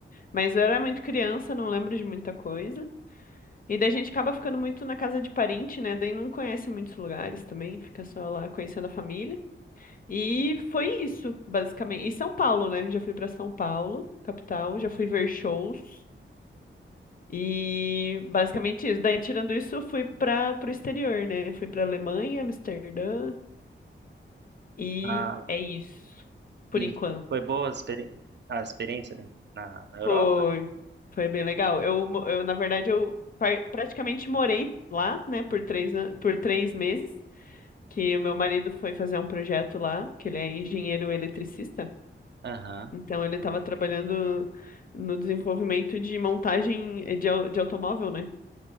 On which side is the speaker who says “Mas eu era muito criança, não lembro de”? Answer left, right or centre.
Left